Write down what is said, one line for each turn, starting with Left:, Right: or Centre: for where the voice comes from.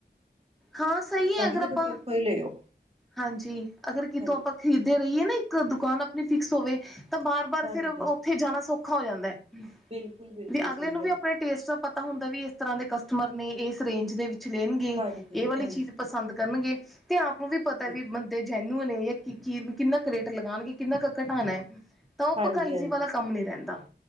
Centre: ਹਾਂ ਸਹੀ ਹੈ ਅਗਰ
Right: ਕਿ
Centre: ਆਪਾਂ
Right: ਤੁਸੀਂ ਉੱਥੋਂ ਹੀ ਲਿਓ
Centre: ਹਾਂਜੀ ਅਗਰ ਕਿਥੋਂ
Right: ਹਾਂਜੀ
Centre: ਆਪਾਂ ਖਰੀਦੇ ਰਹੀਏ ਨਾ ਇੱਕ ਦੁਕਾਨ ਆਪਣੀ ਫਿਕਸ ਹੋਵੇ ਤਾਂ ਬਾਰ- ਬਾਰ
Right: ਹਾਂਜੀ
Centre: ਫਿਰ ਉਥੇ ਜਾਣਾ ਸੌਖਾ ਹੋ ਜਾਂਦਾ ਹੈ।
Right: ਬਿਲਕੁਲ ਬਿਲਕੁਲ
Centre: ਵੀ
Right: ਸਹੀ
Centre: ਅਗਲੇ ਨੂੰ
Right: ਗੱਲ
Centre: ਵੀ ਆਪਣੇ ਟੇਸਟ ਦਾ ਪਤਾ ਹੁੰਦਾ ਵੀ ਇਸ ਤਰ੍ਹਾਂ ਦੇ ਕਸਟਮਰ ਨੇ ਇਸ ਰੇਂਜ ਦੇ ਵਿੱਚ ਲੈਣਗੇ।
Right: ਹਾਂਜੀ
Centre: ਇਹ ਵਾਲੀ
Right: ਹਾਂਜੀ
Centre: ਚੀਜ਼ ਪਸੰਦ ਕਰਨਗੇ ਤੇ ਆਪ ਨੂੰ ਵੀ ਪਤਾ
Right: ਜੀ
Centre: ਵੀ ਤੇ ਜੈਨੂਨ ਕਿੰਨਾ ਕੁ ਰੇਟ ਲਗਾਂਣਗੇ ਕਿੰਨਾ ਕੁ ਘਟਾਣਾ ਤਾਂ ਉਹ
Right: ਹਾਂਜੀ
Centre: ਪਕਾਈ
Right: ਹਾਂਜੀ
Centre: ਜੀ ਵਾਲਾ ਕੰਮ ਨੀ ਰਹਿੰਦਾ।